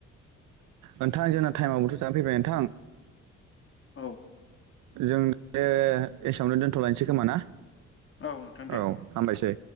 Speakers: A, on the right (about 85°); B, on the left (about 45°).
A: नोंथां जोंना टाइमआ बोथ' जानानै फैबाय नोंथां।
B: औ
A: जों बे एसेयावनो दोन्थ'लायनोसै खोमा ना?
B: औ नोंथां दे
A: औ हामबायसै